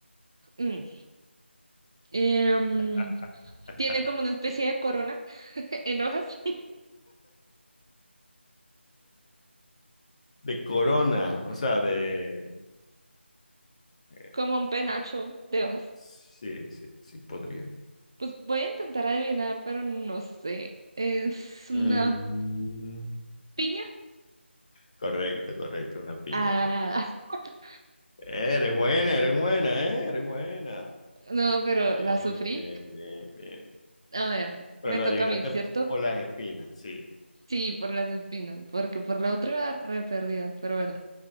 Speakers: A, on the right (about 20°); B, on the left (about 30°).
A: Mm. Em,
B: <laughs>
A: tiene como una especie de corona <laughs> en hojas,
B: De corona, o sea, de...
A: <laughs>
B: eh,
A: como un penacho de hojas.
B: sí, sí, sí, podría.
A: Pues voy a intentar adivinar, pero no sé. ¿Es una
B: Mm,
A: piña?
B: correcto, correcto, una piña.
A: Ah,
B: una-
A: <laughs>
B: Eres buena, eres buena, eh, eres buena.
A: no, pero la
B: Bien,
A: sufrí.
B: bien, bien, bien.
A: A ver,
B: Pero
A: me
B: lo
A: toca
B: adivinaste
A: a mí, ¿cierto?
B: por las espinas, sí.
A: Sí, por las espinas, porque por la otra era re perdida. Pero bueno,